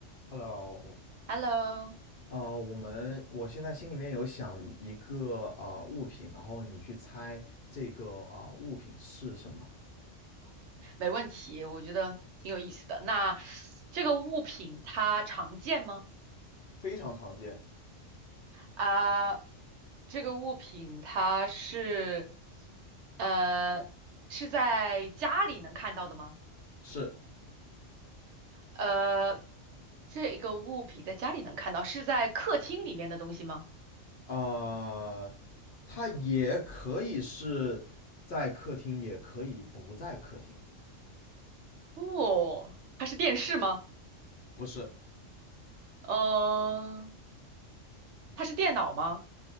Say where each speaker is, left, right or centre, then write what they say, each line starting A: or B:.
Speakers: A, on the left (about 55°); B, on the right (about 70°).
A: Hello，
B: Hello，OK，
A: 呃，我们我现在心里面有想一个呃物品，然后你去猜这个呃物品是什么，
B: 没问题，我觉得挺有意思的。那这个物品它常见吗？
A: 非常常见，
B: 啊，这个物品它是，呃，是在家里能看到的吗？
A: 是
B: 呃，这个物品在家里能看到，是在客厅里面的东西吗？
A: 呃，它也可以是在客厅，也可以不在客厅，
B: 哦，它是电视吗？
A: 不是，
B: 嗯、它是电脑吗？